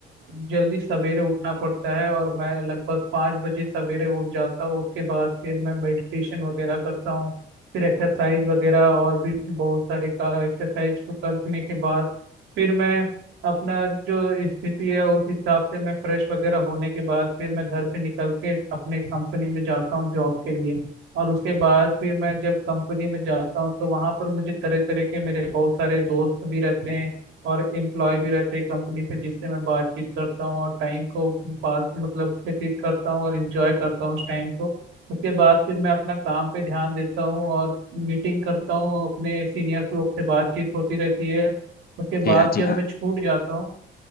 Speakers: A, on the right; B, on the left.
A: जल्दी सवेरे उठना पड़ता है और मैं लगभग पाँच बजे सवेरे उठ जाता हूँ उसके बाद फिर मैं मेडिटेशन वगैरह करता हूँ फिर एक्सरसाइज वगैरह और भी बहुत सारे का एक्सरसाइज को करने के बाद फिर मैं अपना जो स्थिति है उस हिसाब से मैं फ्रेश वगैरह होने के बाद फिर मैं घर से निकल के अपने कंपनी में जाता हूँ जॉब के लिए और उसके बाद फिर मैं जब कंपनी में जाता हूँ तो वहाँ पर मुझे तरह तरह के मेरे बहुत सारे दोस्त भी रहते हैं और एम्प्लॉय भी रहते हैं कंपनी से जिससे मैं बातचीत करता हूँ और टाइम को पास मतलब व्यतीत करता हूँ और इंजॉय करता हूँ उस टाइम को उसके बाद फिर मैं अपना काम पे ध्यान देता हूँ और मीटिंग करता हूँ अपने सीनियर्स लोग से बातचीत होती रहती है उसके
B: जी
A: बाद
B: हाँ जी
A: जब
B: हाँ
A: मैं छूट जाता हूँ